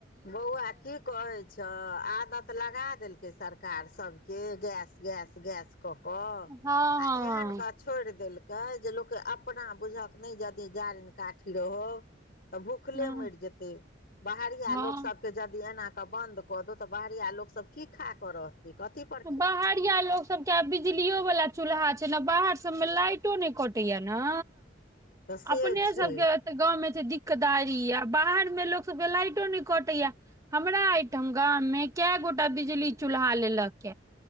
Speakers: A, on the left; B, on the right.
A: बौआ ठीक। कहै छऽ आदत लगा देलकै सरकार सभके गैस गैस गैस। कऽ कऽ आ
B: हँ
A: एहन गर्मी। छोड़ि देलकै जे लोक अपना बुझक नहि यदि जारिन काठी रहो। तऽ भूखले
B: हँ
A: मरि जेते बाहरिया
B: हँ
A: लोक। के यदि एनाकऽ बन्द कऽ दू तऽ बाहरिआ लोकसभ की खा क रहतै। कथ प।
B: बहरिया लोक। सबके आब बिजलियो वला चूल्हा छै ने बाहर सबमे लाइटो नहि कटेया ने।
A: तऽ से
B: अपने
A: छै
B: सबके। तऽ गाँवमे त दिक्कदारी य बाहर मे लोक सबके लाइटो नहि कटैया। हमरा ओ ठाम गाम में कै गोटा बिजली चूल्हा लेलक।